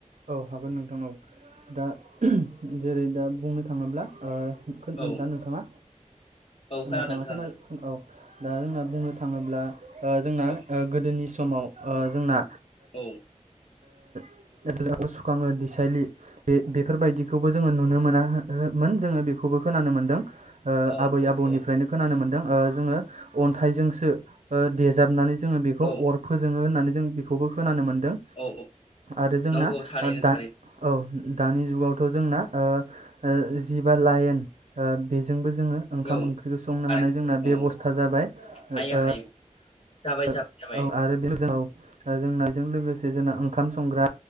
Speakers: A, on the right; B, on the left.
A: औ हागोन नोंथां औ दा जेरै दा बुंनो थाङोब्ला ओ खोनदोंना
B: औ
A: नोंथाङा?
B: औ खोनादों
A: नोंथाङा
B: खोनादों
A: खोना औ दा जोंना बुंनो थाङोब्ला जोंना
B: औ
A: गोदोनि समाव ओ जोंना
B: औ
A: <unintelligible> सुखाङो देसायलि बे बेफोरबायदि बेखौबो जोङो नुनो मोना हा हो मोनामोन जोङो बे खौबो खोनानो मोनदों ओ
B: औ
A: आबै
B: औ
A: आबौनिफ्रायनो
B: औ
A: खोनानो मोन्दों। जोङो अन्थाइजोंसो ओ देजाबनानै जोङो बेखौ
B: औ
A: अर फोजोङो होननानै जों बेखौबो खोनानो मोन दों
B: औ
A: आरो जोंना
B: नंगौ थारैनो
A: ओ दाद
B: थारैनो
A: औ औ दानि जुगावथ जोंना ओ ओ जिबा लायेन ओ जोंबो जोङो ओंखाम
B: औ
A: ओंख्रिखौ संनो
B: थारै
A: हानाय जोंना
B: औ
A: बेबस्था जाबाय ओ
B: हायो
A: ओ
B: हायो
A: <unintelligible>
B: जाबाय जाबाय जाबाय
A: ओ जोंनायजों लोगोसे जोंना ओंखाम संग्रा